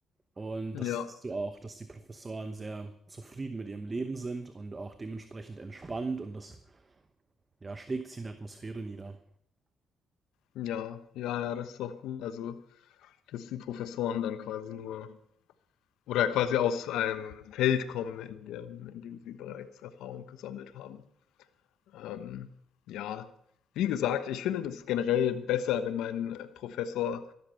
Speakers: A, on the right; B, on the left.
A: Und
B: Ja,
A: das siehst du auch, dass die Professoren sehr zufrieden mit ihrem Leben sind und auch dementsprechend entspannt und das ja, schlägt sich in der Atmosphäre nieder.
B: ja, ja, ja, das ist doch gut. Also, dass die Professoren dann quasi nur oder quasi aus einem Feld kommen, in dem, in dem sie bereits Erfahrung gesammelt haben. Ähm, ja, wie gesagt, ich finde das generell besser, wenn mein Professor